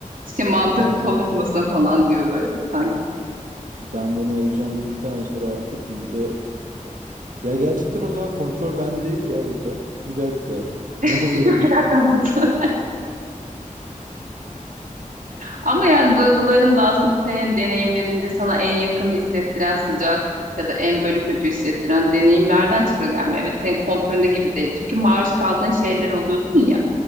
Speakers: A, on the right (about 85°); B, on the right (about 75°).
A: işte mantık
B: Ben
A: konuşmasın falan diyor böyle sanki.
B: ben bunu alacağım dedikten sonra artık vücuda Ya gerçekten o zaman kontrol bende değil ya burada. Bir dakika. Ne oluyor?
A: <laughs> Bir dakikan olsun. Ama yani duyguların da aslında senin deneyimlerinde sana en yakın hissettiren sıcak ya da en böyle kötü hissettiren deneyimlerden çıka gelme. Evet senin kontrolünde gibi değil. Çünkü maruz kaldığın şeyler oluyorsun ya.